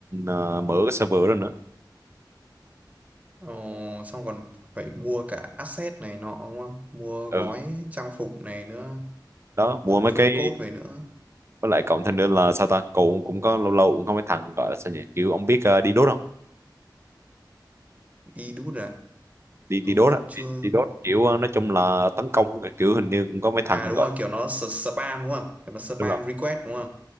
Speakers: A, on the right; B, on the right.
A: ờ, mở cái server đó nữa
B: Ờ, xong còn phải mua cả asset này nọ đúng không? Mua
A: ừ
B: gói trang phục này nữa,
A: đó mua
B: xong
A: mấy
B: thuê
A: cái
B: code về nữa.
A: với lại cộng thêm nữa là sao ta cậu cũng có lâu lâu cũng không mấy thằng gọi là sao nhỉ kiểu ông biết ờ, đi đốt không
B: Đi đút à?
A: đi đi
B: Tôi
A: đốt á
B: chưa...
A: đi, đi đốt kiểu ờ, nói chung là tấn công kiểu hình như cũng có mấy thằng
B: À đúng
A: gọi
B: rồi, kiểu nó s- spam đúng không? Kiểu nó spam
A: đúng rồi
B: request đúng không?